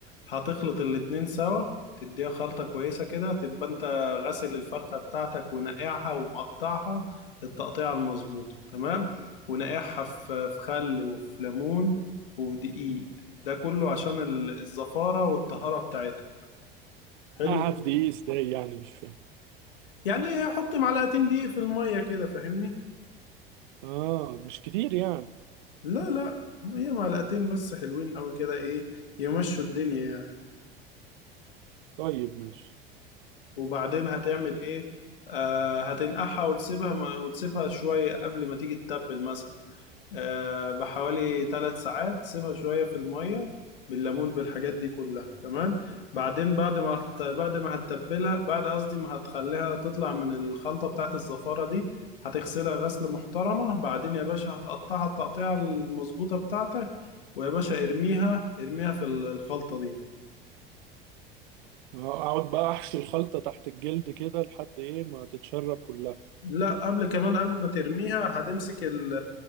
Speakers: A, on the left (about 70°); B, on the right (about 55°).
A: هتخلط الاتنين سوا تديها خلطه كويسه كده تبقى انت غاسل الفرخه بتاعتك ونقعها ومقطعها التقطيعه المظبوطه تمام ونقعها في في خل وفي ليمون وفي دقيق ده كله عشان ال- الزفاره والطهاره بتاعتها حلو
B: اعرف
A: كده
B: دي ايه ازاي يعني مش فاهم
A: يعني حط معلقتين دقيق في المية كده فاهمني
B: اه مش كتير يعني
A: لا لا هي معلقتين بس حلوين قوي كده ايه يمشوا الدنيا يعني
B: طيب ماشي
A: وبعدين هتعمل ايه آه هتنقعها وتسيبها ما وتسيبها شوية قبل ما تيجي تتبل مثلا آه، بحوالي ثلاث ساعات سيبها شوية في المية بالليمون بالحاجات دي كلها تمام بعدين بعد ما هت- بعد ما هتتبلها بعد قصدي ما هتخليها تطلع من الخلطة بتاعت الزفارة دي هتغسلها غسلة محترمة بعدين يا باشا هتقطعها التقطيعة المظبوطة بتاعتك ويا باشا ارميها ارميها في ال- الخلطة دي
B: آه، اقعد بقى احشي الخلطة تحت الجلد كده لحد ايه ما تتشرب كلها
A: لا قبل كمان قبل ما ترميها هتمسك ال